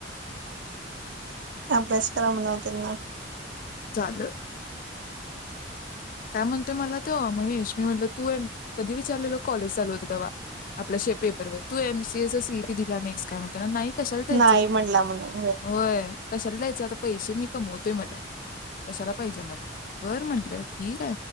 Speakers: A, on the right; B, on the left.
A: अभ्यास करा म्हणाव त्यांना.
B: झाल... काय म्हणतोय? मला तो महेश, मी म्हटलं तू कधी विचारलेलो कॉलेज चालू होत तवा आपल्या पेपर व तू एमसीएचा सीईटी दिला नाहीस काय म्हणत ना नाही... कशाला द्यायचं?
A: नाही म्हणला म्हणून
B: होय. कशाला द्यायचं? आता पैसे मी कमवतोय म्हणा कशाला पाहिजे म्हणा बरं म्हंटलं- ठीक.